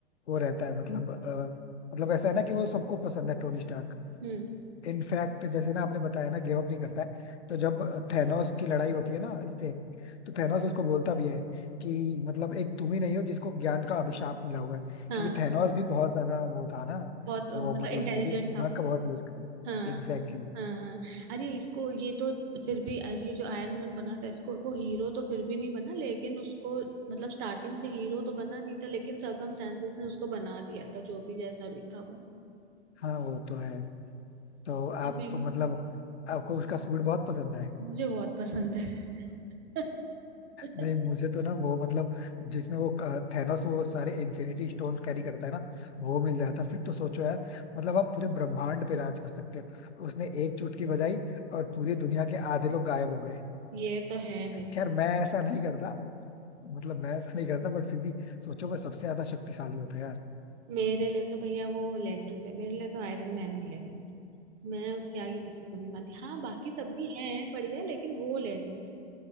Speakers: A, on the left (about 80°); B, on the right (about 30°).
A: वो रहता है मतलब अ, मतलब ऐसा है ना कि वो सबको पसंद है टोनी स्टार्क
B: हम्म
A: इनफैक्ट जैसे ना आपने बताया ना गिव अप नहीं करता है तो जब थैनोस की लड़ाई होती है ना इससे तो थैनोस उसको बोलता भी है कि मतलब एक तुम ही नहीं हो जिसको ज्ञान का अभिशाप मिला हुआ है
B: हाँ
A: क्योंकि थैनोस भी बहुत ज्यादा वो था ना
B: बहुत मतलब
A: वो मतलब
B: इंटेलिजेंट
A: वो भी अपने दिमाग
B: था वो
A: का बहुत यूज
B: हाँ
A: Exactly exactly.
B: हाँ हाँ अरे इसको ये तो फिर भी आज ये जो आयरन मैन बना था इसको वो हीरो तो फिर भी नहीं बना लेकिन उसको मतलब स्टार्टिंग से हीरो तो बना नहीं था लेकिन सर्कमस्टेंसेस ने उसको बना दिया था जो भी जैसा भी था वो
A: हाँ वो तो है तो आप
B: बिल्कुल
A: मतलब आपको उसका सूट बहुत पसंद है
B: मुझे बहुत पसंद है <laughs>
A: नहीं मुझे तो ना वो मतलब जिसमें वो थैनोस वो सारे इन्फिनिटी स्टोन्स कैरी करता है ना वो मिल जाता फिर तो सोचो यार मतलब आप पूरे ब्रह्मांड पे राज कर सकते हो उसने एक चुटकी बजाई और पूरी दुनिया के आधे लोग गायब हो गए
B: ये तो है भैया
A: खैर मैं ऐसा नहीं करता मतलब मैं ऐसा नहीं करता बट फिर भी सोचो मैं सबसे ज्यादा शक्तिशाली होता यार
B: मेरे लिए तो भैया वो लेजेंड है मेरे लिए तो आयरन मैन ही लेजेंड है मैं उसके आगे किसी को नहीं मानती हाँ बाकी सब भी हैं बढ़िया लेकिन वो लेजेंड है